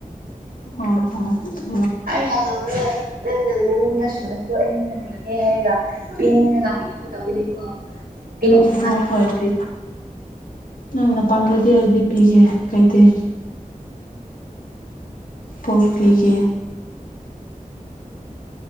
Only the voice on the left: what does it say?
ꯍꯣꯏ ꯍꯣꯏ
ꯍꯣꯏ
ꯍꯣꯏ
ꯄꯤ ꯅꯪꯅ ꯄꯥꯝꯂꯗꯤ ꯑꯩꯗꯤ ꯄꯤꯒꯦ ꯀꯩꯗ ꯄꯣꯛꯄꯤꯒ